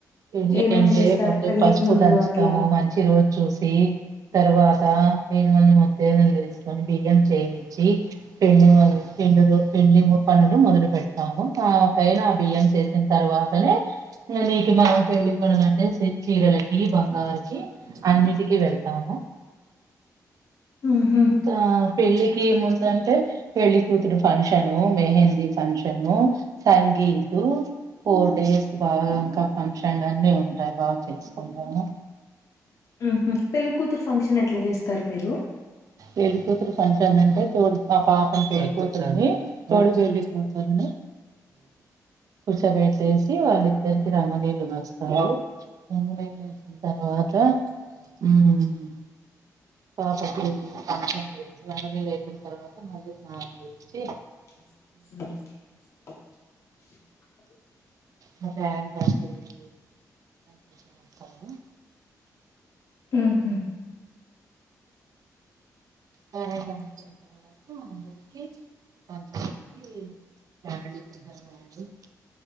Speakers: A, on the right; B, on the left.
A: పెళ్ళి
B: ఏమేం
A: అంటే
B: చేస్తారు
A: ముందు
B: పెళ్ళికి
A: పసుపు
B: ముందు
A: దంచుతాము.
B: అట్లా
A: మంచి రోజు చూసి తరువాత రేగాండ్లు తీసుకొని బియ్యం చేయించి పెండ్ల మొదలు పిండిలు పెళ్ళి ము పనులు మొదలు పెడతాము కా పైన బియ్యం చేసిన తర్వాతనే నీకు మా పెళ్ళి పనులంటే చి చీరలకి మ బంగారికి అన్నిటికి వెళ్తాము.
B: ఉహు
A: ఇంకా పెళ్ళికిముందంటే పెళ్లి కూతురు ఫంక్షను, మెహెందీ ఫంక్షన్ టన్ను సంగితు ఫోర్డేస్ రా గంక ఫంక్షన్లు అన్నీ ఉంటాయి బాగా చేసుకుంటాను.
B: ఉహు పెళ్లికూతురు ఫంక్షన్ ఎట్లా చేస్తారు మీరు?
A: వెళ్ళి కూతురు ఫంక్షన్ అంటే తోడు మా పాపని పెళ్ళిపోతురుని. తోడు పెళ్లికూతురిని కుర్చోబెట్టేసి వాళ్ళ ఇద్దరికి రమణీయులు పంచుతారు. ఎ వేసిన తర్వాత ఉమ్ పాప కు పం చేచ్చు రెండు నేలు అయిపోయిన తర్వాత మాధ స్నానం చేచ్చి
B: అ
A: మ పేరంటల్లు అండి మీరు
B: ఊహు.
A: పేరెంట్ ఆమె అయిపోయిన తర్వాత అందరికీ పంచానికి <inaudible>